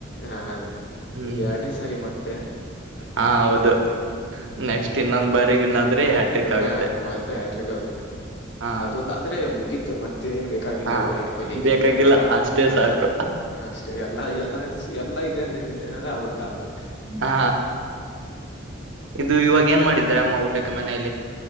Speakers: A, on the left; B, on the right.
A: ಹಾ
B: ಹ್ಮ್
A: ಇದ್ ಎರಡನೇ ಸರಿ ಮತ್ತೆ
B: ಹ ಹೌದು
A: ಹ್ಮ್
B: ನೆಕ್ಸ್ಟ್ ಇನ್ನೊಂದ್ ಆದ್ರೆ ಹ್ಯಾಟ್ರಿಕ್ ಆಗುತ್ತೆ
A: ಹಾ ಮತ್ತೆ ಹ್ಯಾಟ್ರಿಕ್ ಆಗುತ್ತೆ
B: ಹಾ
A: ಅದೊಂದ ಆದ್ರೆ ಮುಗಿ ತ್ತೆ ಮತ್ತೆ ಏನ್ ಬೇಕಾಗಿಲ್ಲ
B: ಹಾ
A: ವಿರಾಟ್ ಕೊಹ್ಲಿಗೆ
B: ಬೇಕಾಗಿಲ್ಲ
A: ಎಲ್ಲಾ
B: ಅಷ್ಟೇ
A: ಹ
B: ಸಾಕು
A: ಅಷ್ಟೇ ಎಲ್ಲಾ ಎಲ್ಲ ಎಲ್ಲಾ ಇದೆ ಅ ಎಂತಲ್ಲ ಆಗ್ಬಿಡ್ತು ಆಮೇಲೆ
B: ಹಾ ಇದು ಇವಾಗ ಏನ್ ಮಾಡಿದ್ರ ಅಮ್ಮ ಊಟಕ್ಕೆ ಮನೇಲಿ